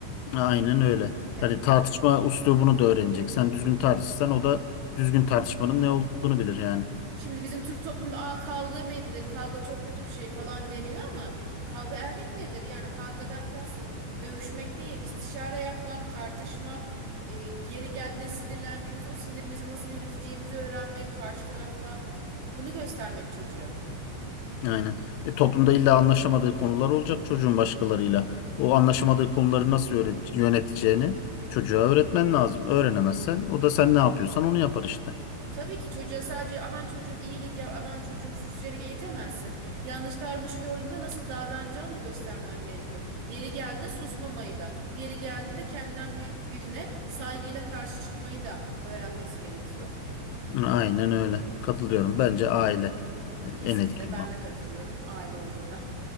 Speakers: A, on the left; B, on the right.
A: Aynen öyle.
B: Yani
A: Hani tartışma üslubunu da öğrenecek. Sen düzgün tartışırsan o da düzgün tartışmanın ne olduğunu bilir yani.
B: Şimdi bizim Türk toplumunda aa kavga mı edilir? Kavga çok kötü bir şey falan deniyor ama kavga elbette edilir. Yani kavgadan kastım dövüşmek değil, istişare yapmak, tartışmak, e, yeri geldiğinde sinirlendiğimiz o sinirimizi nasıl yöneteceğimizi öğrenmek karşı tarafla bunu göstermek çocuğa.
A: Aynen. E, toplumda illa anlaşamadığı konular olacak çocuğun başkalarıyla. O anlaşamadığı konuları nasıl öğret- yöneteceğini çocuğa öğretmen lazım. Öğrenemezsen o da sen ne yapıyorsan onu yapar işte.
B: Tabii ki çocuğa sadece aman çocuğum iyilik yap, aman çocuğum sus diyerek eğitemezsin. Yanlış davranış gördüğünde nasıl davranacağını da göstermen gerekiyor. Yeri geldiğinde susmamayı da, yeri geldiğinde kendinden büyük birine saygıyla karşı çıkmayı da öğrenmesi gerekiyor.
A: Aynen öyle. Katılıyorum. Bence aile e, en
B: Kesinlikle
A: etkili.
B: ben de katılıyorum aile olduğuna.